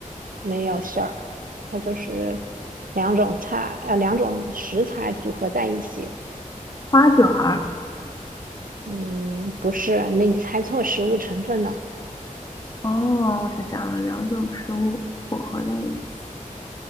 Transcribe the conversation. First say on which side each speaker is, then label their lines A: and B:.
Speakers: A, on the right; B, on the left.
A: 没有馅儿，它就是两种菜，呃，两种食材组合在一起，
B: 花卷儿。
A: 嗯，不是，那你猜错食物成分了，
B: 哦，我想想啊，两种食物混合在一起，